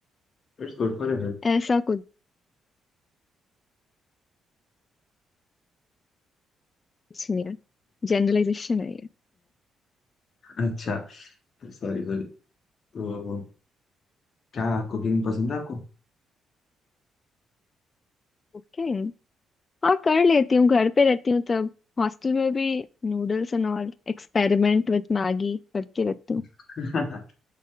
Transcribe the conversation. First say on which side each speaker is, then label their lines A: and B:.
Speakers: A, on the left; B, on the left.
A: It's good for health
B: ऐसा कुछ नहीं है जनरलाइजेशन है ये
A: अच्छा सॉरी सॉरी तो क्या कुकिंग पसंद है आपको
B: ओके हाँ कर लेती हूँ घर पे रहती हूँ तब हॉस्टल में भी noodles and all experiment with Maggi करती रहती हूँ
A: <laughs>